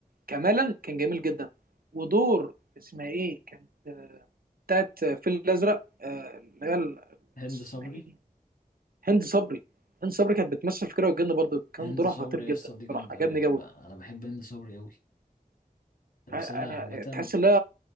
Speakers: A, on the right; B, on the left.
A: كمالا كان جميل جدا ودور اسمها إيه كانت آه، بتاعت آه، الفيل الأزرق آه، اللي هي ال-
B: هند
A: اسمها
B: صبري
A: إيه هند صبري هند صبري كانت بتمثل في كرة والجن برضه كان
B: هند
A: دورها
B: صبري
A: خطير جدا
B: يا اسطى دي جامده
A: بصراحة عجبني
B: قوي يعني
A: جوي
B: بقى انا بحب هند صبري قوي تمثيلها
A: انا
B: عامه
A: تحس ان هي